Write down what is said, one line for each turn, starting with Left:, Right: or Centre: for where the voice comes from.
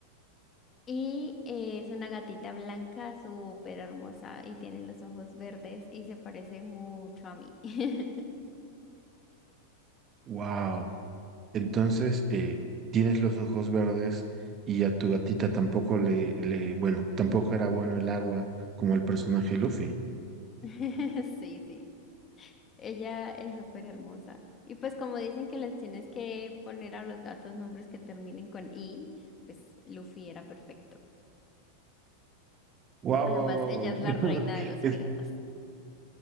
Left: Y eh, es una gatita blanca, súper hermosa, y tiene los ojos verdes y se parece mucho a mí. <laughs>
Right: Wow. Entonces, eh, tienes los ojos verdes y a tu gatita tampoco le, le, bueno, tampoco era bueno el agua como el personaje Luffy.
Left: <laughs> Sí, sí. Ella es súper hermosa. Y pues como dicen que les tienes que poner a los gatos nombres que terminen con I, pues Luffy era perfecto.
Right: Wow,
Left: Además,
Right: wow, wow,
Left: ella es la
Right: wow.
Left: reina de los
Right: <laughs> Es,
Left: piratas.